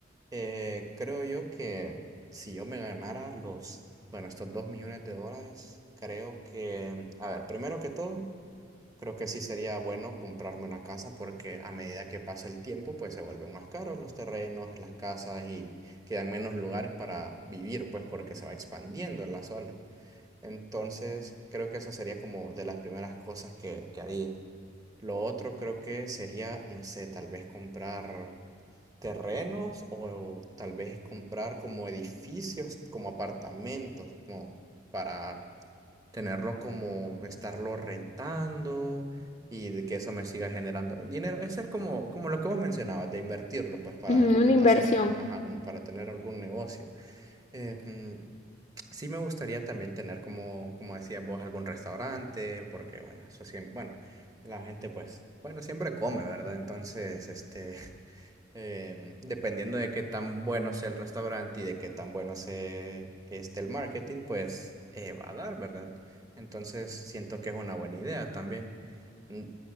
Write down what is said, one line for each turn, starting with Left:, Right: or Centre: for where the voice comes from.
Right: Eh, creo yo que si yo me ganara los, bueno, estos dos millones de dólares, creo que, a ver, primero que todo. Creo que sí sería bueno comprarme una casa porque a medida que pasa el tiempo, pues se vuelven más caros los terrenos, las casas y quedan menos lugares para vivir, pues porque se va expandiendo la zona. Entonces, creo que eso sería como de las primeras cosas que, que haría. Lo otro creo que sería, no sé, tal vez comprar terrenos o tal vez comprar como edificios, como apartamentos, como para tenerlo como estarlo rentando y de que eso me siga generando dinero. Eso es como, como lo que vos mencionabas, de invertirlo, pues para
Left: Ujú,
Right: gen-
Left: una inversión.
Right: hacer, ajá, como para tener algún negocio. Eh, mm, sí me gustaría también tener como, como decías vos, algún restaurante, porque bueno, eso siempre, bueno, la gente pues, bueno, siempre come, ¿verdad? Entonces, este, <laughs> em, dependiendo de qué tan bueno sea el restaurante y de qué tan bueno sea este el marketing, pues eh, va a dar, ¿verdad? Entonces siento que es una buena idea también. Mm,